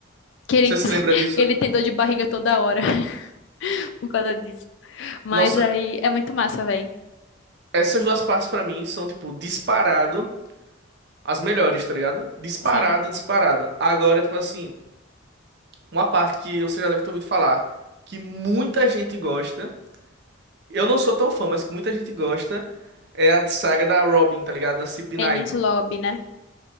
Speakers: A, on the left; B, on the right.
A: que ele,
B: Você se
A: <laughs>
B: lembra disso?
A: ele tem dor de barriga toda hora <laughs> por causa disso. Mas
B: Nossa,
A: aí é muito massa, velho.
B: essas duas partes pra mim são, tipo, disparado. As melhores, tá ligado? Disparado,
A: Sim,
B: disparado. Agora, tipo assim, uma parte que você já deve ter ouvido falar, que muita gente gosta. Eu não sou tão fã, mas que muita gente gosta. É a saga da Robin, tá ligado? Da CP9.
A: Enies Lobby, né?